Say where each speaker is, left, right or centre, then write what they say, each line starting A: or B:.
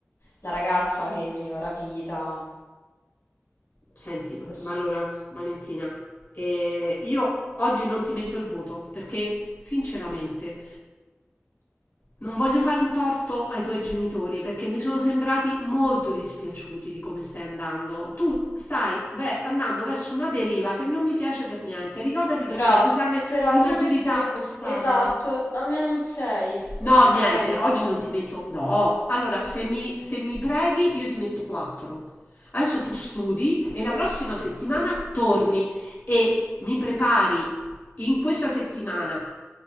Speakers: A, on the left; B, on the left.
A: la ragazza che veniva rapita.
B: Senti, ma
A: Adesso-
B: ma allora, Valentina, eh, io oggi non ti metto il voto perché, sinceramente, non voglio fare un torto ai tuoi genitori perché mi sono sembrati molto dispiaciuti di come stai andando. Tu stai, beh, andando verso una deriva che non mi piace per niente. Ricordati che
A: Però,
B: c'è l'esame
A: però,
B: di maturità
A: professore,
B: quest'anno.
A: esatto, almeno un 6,
B: No,
A: un 6,
B: niente, oggi
A: boh.
B: non ti metto. No, allora se mi, se mi preghi io ti metto 4. Adesso tu studi e la prossima settimana torni e mi prepari in questa settimana,